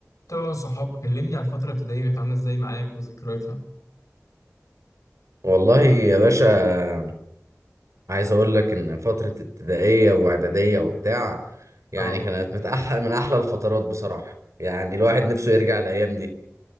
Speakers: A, on the left; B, on the right.
A: طبعا صحاب كلمني على الفترة الابتدائية كانت عاملة ازاي معاك وذكرياتها
B: والله يا باشا عايز اقول لك ان فترة ابتدائية واعدادية وبتاع يعني
A: اه
B: كانت من احلى من احلى الفترات بصراحة يعني الواحد نفسه يرجع الايام دي